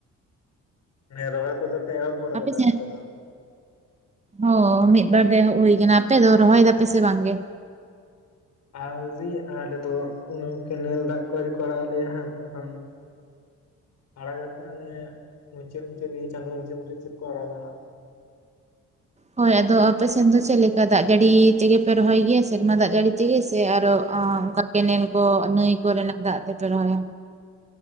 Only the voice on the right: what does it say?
ᱟᱯᱮ ᱥᱮᱱ
ᱦᱚ᱾ ᱢᱤᱫ ᱵᱟᱨ ᱫᱚ ᱮᱦᱚᱵ ᱦᱩᱭ ᱟᱠᱟᱱᱟ᱾ ᱟᱯᱮ ᱫᱚ ᱨᱚᱦᱚᱭ ᱫᱟᱯᱮ ᱥᱮ ᱵᱟᱝᱜᱮ?
ᱦᱳᱭ ᱟᱫᱚ ᱟᱯᱮ ᱥᱮᱱ ᱫᱚ ᱪᱮᱫ ᱞᱮᱠᱟ ᱫᱟᱜ ᱡᱟᱹᱲᱤ ᱛᱮᱜᱮ ᱯᱮ ᱨᱚᱦᱚᱭ ᱜᱮᱭᱟ ᱥᱮᱨᱢᱟ ᱫᱟᱜ ᱡᱟᱹᱲᱤ ᱛᱮᱜᱮ ᱥᱮ ᱟᱨᱚ ᱚᱸ ᱚᱱᱠᱟ ᱠᱮᱱᱮᱞ ᱠᱚ ᱱᱟᱹᱭ ᱠᱚᱨᱮᱱᱟᱜ ᱫᱟᱜ ᱛᱮᱯᱮ ᱨᱚᱦᱚᱭᱟ?